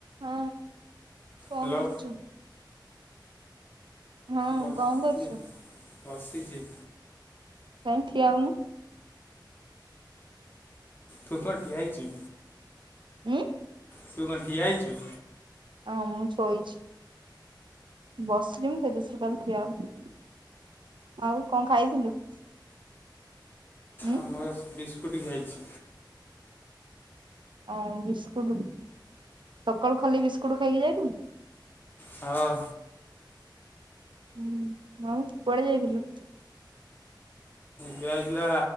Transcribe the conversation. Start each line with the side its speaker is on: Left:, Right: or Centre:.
Right: ହଁ, କଣ
Left: ହ୍ୟାଲୋ
Right: କରୁଚୁ? ହଁ
Left: ବସ୍
Right: କଣ କରୁଛୁ?
Left: ଚି ବସିଚି।
Right: କାଇଁ ଠିଆହୋଉନୁ।
Left: ତୁ ପା ଠିଆ ହେଇଚୁ?
Right: ଉଁ।
Left: ତୁ କଣ ଠିଆ ହେଇଚୁ?
Right: ହଁ, ମୁଁ ଶୋଇଚି। ବସିମିତ ସେଦୋସରୁ କହିଲି ଠିଆ ହୋ ଆଉ ଆଉ କଣ ଖାଇଥିଲୁ। <unintelligible> ଉଁ
Left: ଆ ମର ବିସ୍କୁଟ ଖାଇଛି।
Right: ହଁ, ବିସ୍କୁଟ ସକାଳୁ ଖାଲି ବିସ୍କୁଟ ଖାଇକି ଯାଇଥିଲୁ?
Left: ହଁ
Right: ହୁଁ, ଆଉ କୁଆଡେ ଯାଇଥିଲୁ?
Left: ଜୁଆ, ଜୁଆ